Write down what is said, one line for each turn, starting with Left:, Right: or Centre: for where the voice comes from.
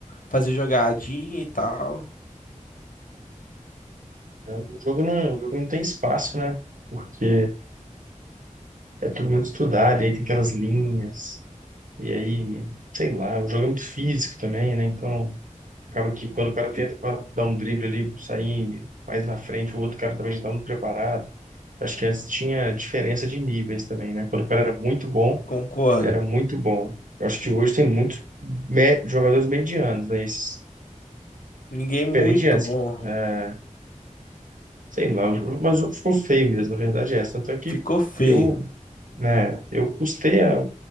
Left: fazer jogadinha e tal.
Right: O jogo não, o jogo não tem espaço, né? Porque é tudo muito estudado, e aí tem aquelas linhas, e aí, sei lá, o jogo é muito físico também, né? Então, acaba que quando o cara tenta pa- dar um drible ali, sair mais na frente, o outro cara também já tá muito preparado. Acho que antes tinha diferença de níveis também, né? Quando o cara era muito bom,
Left: Concordo.
Right: ele era muito bom. Eu acho que hoje tem muitos me- jogadores medianos, né? Esses,
Left: Ninguém é
Right: diferente
Left: muito
Right: de antes.
Left: bom.
Right: É, sei lá, mas o- ficou feio mesmo, na verdade é essa. Tanto é que
Left: Ficou feio.
Right: eu, né, eu custei a